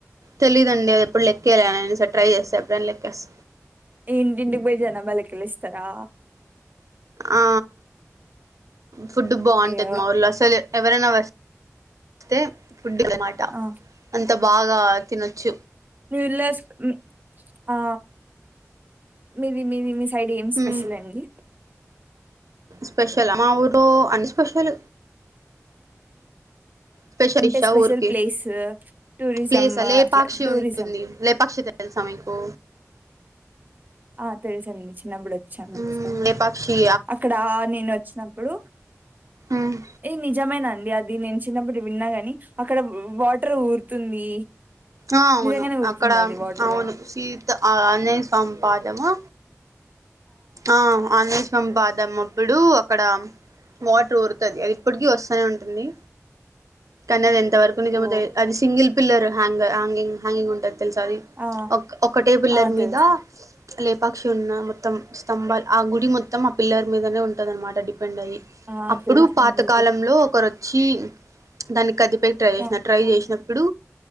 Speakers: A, on the right; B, on the right.
A: తెలీయదండి అది ఎప్పుడు లెక్కేయలే అది నేన్ ఈ సారి టై చేస్ ఎడైనా లెక్కేస్త
B: ఇంటింటికి బోయి జనాబా లెక్కలేస్తారా
A: ఆ ఫుడ్డు బాగుంటది
B: అయ్యో
A: మా ఊర్లో అసలు ఎవరైనా వస్ స్తే ఫుడ్ అన్నమాట
B: ఆ
A: అంత బాగా తినొచ్చు
B: మీవిలాస్ హ్మ్ హా మీది మీది సైడ్ ఏం స్పెషల్
A: ఉమ్
B: అండి
A: స్పెషల్ ఆ మా ఊర్లో అన్ని స్పెషల్ స్పెషల్
B: అంటే
A: ఇషా
B: స్పెషల్
A: ఊరికి
B: ప్లేస్ టూరిజం
A: ప్లేసా లేపాక్షి
B: అట్లా టూరిజం
A: ఉంటుంది లేపాక్షి తెలుసా మీకు
B: ఆ తెలుసండి చిన్నప్పుడు వచ్చాను ఓకసారి
A: ఉమ్ లేపాక్షి
B: అక్కడ నేను వచ్చినప్పుడు
A: ఆహ్
B: ఏ నిజమేనా అండి అది నేను చిన్నప్పుడు విన్నాగని అక్కడ వాటర్ ఊరుతుంది
A: ఆ అవును
B: నిజంగానే ఊరుతుంది
A: అక్కడ
B: అది వాటర్
A: అవును సీత ఆ ఆంజనేయ స్వామి పాదము ఆ ఆంజనేయ స్వా మ్ పాదమప్పుడు అక్కడ వాటర్ ఊరుతుంది అది ఇప్పటికి వస్తూనే ఉంటుంది కానీ అది ఎంత వరకు నిజమతా
B: ఓ
A: అది సింగిల్ పిల్లర్ హ్యాంగ హాంగింగ్ హ్యాంగింగ్ ఉంటుది తెలుసా అది
B: ఆ
A: ఒక ఒకటే పిల్లర్
B: ఆ తెలుసు
A: మీద లేపాక్షి ఉన్న మొత్తం స్తంభాలు ఆ గుడి మొత్తం ఆ పిల్లర్ మీదనే ఉంటదన్నమాట డిపెండ్ అయ్యి
B: ఆ
A: అప్పుడు
B: తెలుసండి
A: పాతకాలంలో
B: ఇది
A: ఒకరు చ్చి దాన్ని కదిపే ట్రై చేసిన
B: ఆ
A: ట్రై చేసినప్పుడు